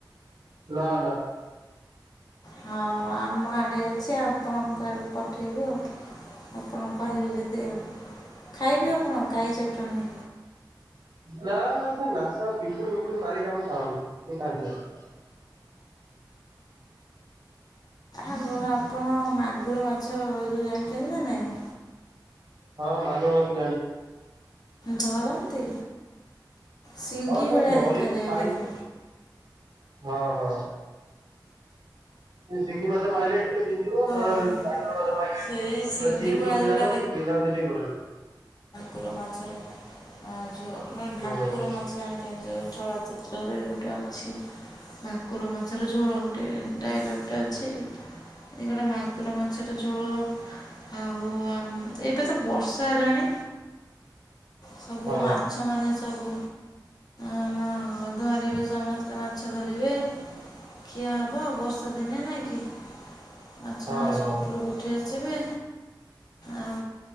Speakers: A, on the right; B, on the left.
A: ନା, ନା।
B: ହଁ ଆମ ଆଡ଼େ ଅଛି ଆପଣଙ୍କ ଆଡକୁ ପଠେଇବୁ ଆଉ। ଆପଣ କହିବେ ଯଦି ଆ, ଖାଇବେ ଆପଣ କାଈ ଚଟଣି?
A: ନା ନା ସେ ନାସନା ପିମ୍ପୁଡ଼ିି ମିମ୍ପୁଡି ମାରିକି ଆମେ ଖାଉନୁ, କିଏ ଖାଆନ୍ତି ନା।
B: ଆଉ ଆପଣ ମାଗୁର ମାଛ ଯୋଉ ଜାଣିଚନ୍ତି ନା ନାଇଁ?
A: ହଁ ମାଗୁର ମାଛ ଜାଣିଚି।
B: ଧରନ୍ତି ସିଙ୍ଗି
A: ହଁ ତାକୁ
B: ଭଳିଆ
A: ଧରିକି
B: ଦେଖାଯାଏ
A: ଖାଇଛି।
B: ବୋଧେ?
A: ହଁ ହଁ। ସେଇ ସିଙ୍ଗି ମାଛ ମାଇଲେ ଟିକେ ଜି ଯିବ କଣ
B: ହଁ।
A: ଏ ମଗୁର ମାଛ ମାଇଲେ
B: ସେଇ
A: ଗୋଟେ
B: ସିଙ୍ଗି
A: ଚିରି
B: ଭଳିଆ
A: ଦବ ସେଇ
B: ଯେଉଁଟା
A: ଜାଗାକୁ ବିନ୍ଧା ବିନ୍ଧି ଟିକେ କରିବନି।
B: କୁର ମାଛ ର ଆ ଝୋଳ ମାନେ
A: ହୁଁ
B: ଭାକୁର
A: ହୁଁ
B: ମାଛ ଜାଣି ଏ ଯୋଉ ଚଳଚିତ୍ର ଗୋଟେ ଅଛି। ଭାକୁର ମାଛର ଝୋଳ ଗୋଟେ ଡାଇଲୋକ୍ ଟେ ଅଛି। ଏଇଗୁରା ମାଗୁର ମାଛର ଝୋଳ। ଆଉ ଆମ୍ ଏବେ ତ ବର୍ଷା ହେଲାଣି ସବୁ
A: ହଁ
B: ମାଛ ମାନେ ସବୁ ଆମ ଧରିବେ ସମସ୍ତେ ମାଛ ଧରିବେ। ଖିଆ ହେବ ବର୍ଷା ଦିନେ ନାଈଁ କି? ମାଛ
A: ହଁ
B: ମାନେ ସବୁ
A: ହଁ।
B: ଉପରକୁ ଉଠି ଆସିବେ ଆଉ